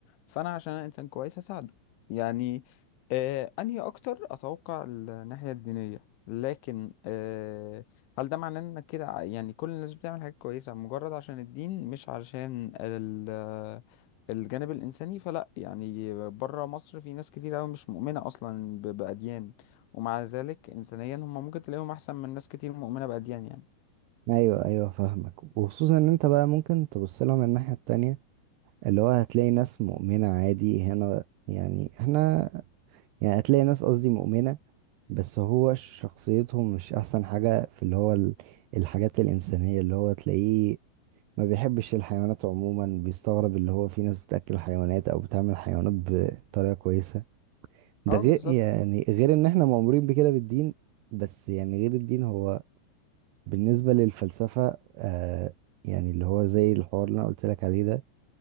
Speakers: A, on the left; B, on the right.
A: فانا عشان انا انسان كويس هساعده يعني آه، انهي اكتر اتوقع الناحيه الدينيه لكن آه، هل ده معناه انك كده ع- يعني كل الناس بتعمل حاجات كويسه مجرد عشان الدين مش عشان ال- الجانب الانساني فلا يعني بره مصر في ناس كتير قوي مش مؤمنه اصلا ب- باديان ومع ذلك انسانيا هم ممكن تلاقيهم احسن من ناس كتير مؤمنه باديان يعني
B: ايوه ايوه فاهمك وخصوصا ان انت بقى ممكن تبص لها من الناحية التانية اللي هو هتلاقي ناس مؤمنة عادي هنا يعني احنا يعني هتلاقي ناس قصدي مؤمنة بس هو شخصيتهم مش أحسن حاجة في اللي هو ال- الحاجات الإنسانية اللي هو تلاقيه ما بيحبش الحيوانات عموما بيستغرب اللي هو في ناس بتأكل حيوانات أو بتعمل حيوانات بطريقة كويسة ده
A: اه
B: غير
A: بالظبط
B: يعني غير إن احنا مأمورين بكده بالدين بس يعني غير الدين هو بالنسبة للفلسفة آه يعني اللي هو زي الحوار اللي أنا قلت لك عليه ده